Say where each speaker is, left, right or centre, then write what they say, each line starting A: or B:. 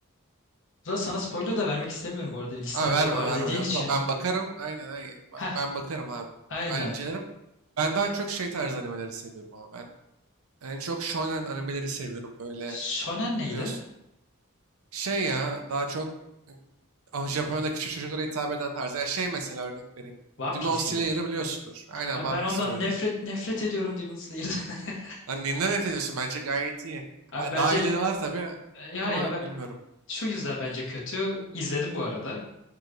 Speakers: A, on the left (about 60°); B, on the right (about 75°).
A: Burada sana spoiler da vermek istemiyorum bu arada. Listemde
B: Abi verme
A: var
B: verme.
A: dediğin
B: Yok
A: için.
B: o. Ben bakarım. Aynen aynen. Ben,
A: Heh,
B: ben bakarım abi.
A: aynen.
B: Ben incelerim. Ben daha çok şey tarzı animeleri seviyorum ama ben en çok shonen animeleri seviyorum böyle
A: Shonen
B: biliyorsun.
A: neydi?
B: Şey ya daha çok e, ama Japonya'da küçük çocuklara hitap eden tarzı. Yani şey mesela örnek vereyim.
A: One
B: Demon
A: Piece
B: Slayer'ı
A: gibi bu.
B: biliyorsundur. Aynen
A: Abi
B: One
A: ben ondan
B: Piece de öyle.
A: nefret nefret ediyorum Demon Slayer'dan. <laughs>
B: Lan ninden nefret ediyorsun? Bence gayet iyi.
A: Abi
B: Ha,
A: bence
B: Daha iyileri var tabii
A: e, hayır
B: ama
A: abi
B: bilmiyorum.
A: şu yüzden bence kötü. İzledim bu arada.